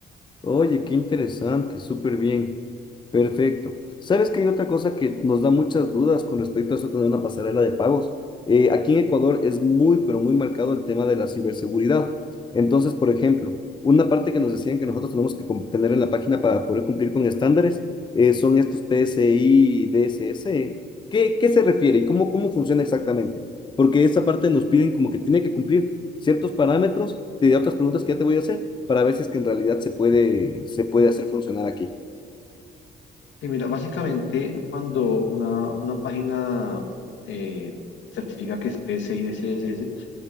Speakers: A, on the left; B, on the left.
A: Oye, qué interesante, súper bien. Perfecto. ¿Sabes que hay otra cosa que nos da muchas dudas con respecto a eso de tener una pasarela de pagos? Eh, aquí en Ecuador es muy, pero muy marcado el tema de la ciberseguridad. Entonces, por ejemplo, una parte que nos decían que nosotros tenemos que com- tener en la página para poder cumplir con estándares eh, son estos PCI, DSS. ¿Qué, qué se refiere y cómo, cómo funciona exactamente? Porque esa parte nos piden como que tiene que cumplir ciertos parámetros de otras preguntas que ya te voy a hacer para ver si es que en realidad se puede, se puede hacer funcionar aquí.
B: sí mira, básicamente cuando una, una página eh, certifica que es PCI de CSS,